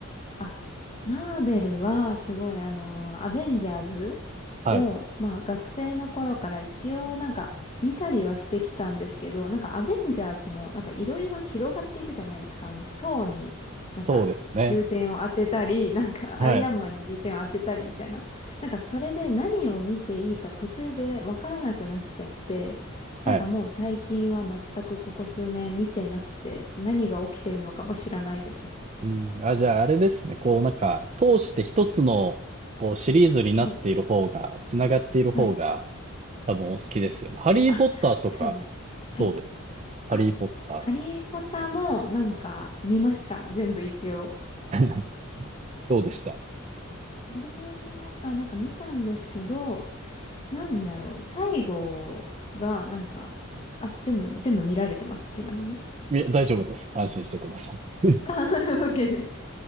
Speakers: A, on the left; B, on the right.
A: あマーベルはすごいあの、アベンジャーズ
B: はい。
A: を、まあ学生の頃から一応なんか見たりはしてきたんですけど、なんかアベンジャーズもなんかいろいろ広がっていくじゃないですか。あの、層になんか重点を当てたり、
B: そうですね。
A: なんかアイアンマンに重点を当てたりみたいな。
B: はい。
A: なんかそれで何を見ていいか途中でわからなくなっちゃって、
B: はい。
A: なんかもう最近は全くここ数年見てなくて、何が起きてるのかも知らないです。
B: うん。あ、じゃあ、あれですね。こう、なんか、通して一つの、こう、シリーズになっている方が、
A: はい。
B: つながっている方が、
A: はい
B: 多分お好きですよね。ハリー・
A: あ、
B: ポッターとか
A: そうです。はい。
B: どうですかハリーポッタ
A: あ、ハリー・ポッターもなんか見ました。全部一応。
B: ー。<laughs> どうでした
A: それも、あ、なんか見たんですけど、なんだろう。最後が、なんか、あ、全部、全部見られてます。ちなみに。
B: いや、大丈夫です。安心してください。
A: あ、<laughs> OK です。